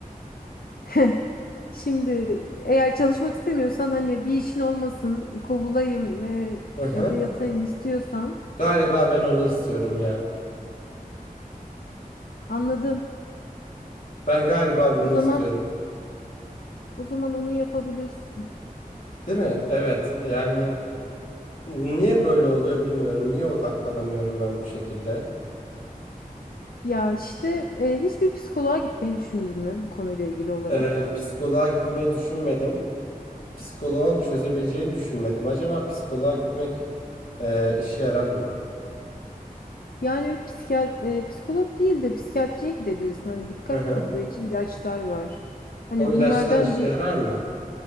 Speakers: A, on the left; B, on the left.
A: <laughs> Şimdi eğer çalışmak istemiyorsan hani bir işin olmasın, kovulayım ve
B: Hı hı.
A: evde yatayım istiyorsan
B: Galiba ben onu istiyorum ya.
A: anladım.
B: Ben galiba bunu
A: O zaman
B: istiyorum.
A: o zaman onu yapabilirsin.
B: Değil mi? Evet. Yani niye böyle oluyor bilmiyorum. Niye odaklanamıyorum ben bu şekilde?
A: Ya işte e, hiçbir psikoloğa gitmeyi düşündün mü bu konuyla ilgili olarak?
B: Ee, psikoloğa gitmeyi düşünmedim. Psikoloğun çözebileceğini düşünmedim. Acaba psikoloğa gitmek e, işe yarar mı?
A: Yani bir psikiyat e, psikolog değil de psikiyatriye gidebilirsin. Hani dikkat
B: Hı hı.
A: toplayıcı ilaçlar var. Hani
B: O ilaçlar
A: bunlardan
B: işe
A: bir
B: yarar mı?